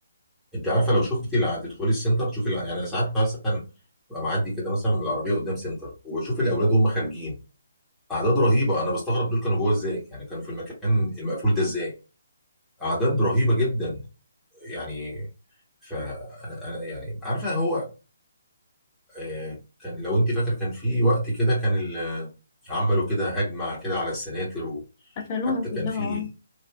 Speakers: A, in the centre; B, on the left (about 35°).
A: انت عارفة لو شفتي الع... تدخلي السنتر تشوفي الع... يعني ساعات مثلا ببقى معدي كده مثلا بالعربية قدام سنتر وبشوف الأولاد وهم خارجين أعداد رهيبة أنا بستغرب دول كانوا جوه إزاي يعني كانوا في المكان المقفول ده إزاي أعداد رهيبة جدا يعني فأنا أنا يعني عارفة هو آه، كان لو انت فاكر كان في وقت كده كان ال- عملوا كده هجمة كده على السناتر وحتى
B: قفلوها كلها
A: كان في
B: اه